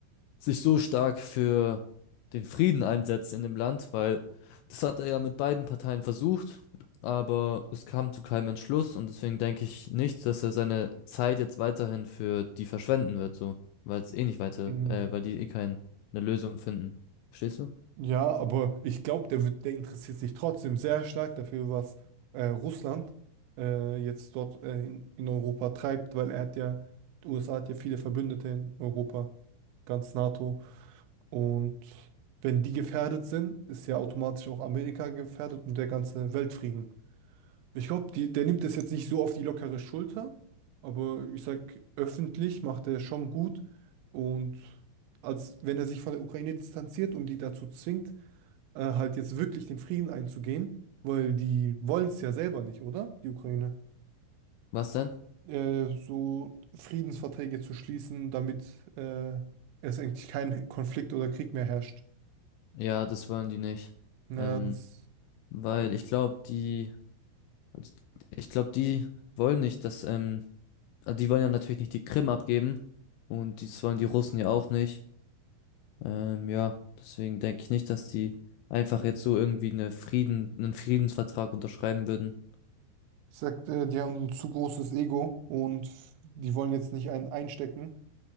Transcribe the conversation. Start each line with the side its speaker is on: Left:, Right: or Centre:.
Left: sich so stark für den Frieden einsetzt in dem Land, weil das hat er ja mit beiden Parteien versucht, aber es kam zu keinem Entschluss und deswegen denke ich nicht, dass er seine Zeit jetzt weiterhin für die verschwenden wird, so, weil es eh nicht weiter,
Right: Mhm.
Left: äh, weil die eh keine Lösung finden. Verstehst du?
Right: Ja, aber ich glaube, der wird, der interessiert sich trotzdem sehr stark dafür, was äh, Russland äh, jetzt dort äh, in, in Europa treibt, weil er hat ja, die USA hat ja viele Verbündete in Europa, ganz NATO. Und wenn die gefährdet sind, ist ja automatisch auch Amerika gefährdet und der ganze Weltfrieden. Ich glaube, der nimmt das jetzt nicht so auf die lockere Schulter, aber ich sag, öffentlich macht er schon gut. Und als wenn er sich von der Ukraine distanziert und die dazu zwingt, äh, halt jetzt wirklich den Frieden einzugehen, weil die wollen es ja selber nicht, oder? Die Ukraine.
Left: Was denn?
Right: Äh, so Friedensverträge zu schließen, damit äh, es eigentlich kein Konflikt oder Krieg mehr herrscht.
Left: Ja, das wollen die nicht.
Right: Na,
Left: Ähm,
Right: Mhm. das,
Left: weil ich glaube, die, also ich glaube, die wollen nicht, dass ähm, Also die wollen ja natürlich nicht die Krim abgeben und das wollen die Russen ja auch nicht. Ähm, ja, deswegen denke ich nicht, dass die einfach jetzt so irgendwie eine Frieden, einen Friedensvertrag unterschreiben würden.
Right: ich sag, äh, die haben ein zu großes Ego und die wollen jetzt nicht einen einstecken.